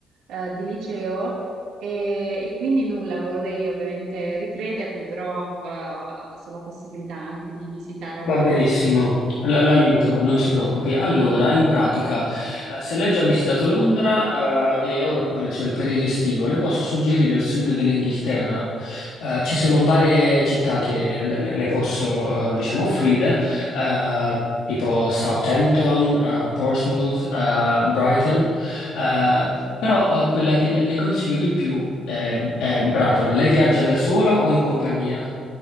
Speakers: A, on the right; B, on the left.
A: eh, di liceo, e, e quindi nulla, vorrei ovviamente ricredermi, però eh, so la possibilità anche di visitare altrove.
B: Va benissimo,
A: <laughs> senza-
B: la- l'aiuto, non si preoccupi. Allora, in pratica, eh, se lei già ha visitato Londra, eh, e ora più o meno c'è il periodo estivo, le posso suggerire il sud dell'Inghilterra. Eh, ci sono varie città che le, le- le posso, eh, diciamo, offrire, eh, tipo Southampton, eh, Portsmouth, eh, Brighton, eh, però, eh, quella che le le consiglio di più è, è Brighton. Lei viaggia da sola o in compagnia?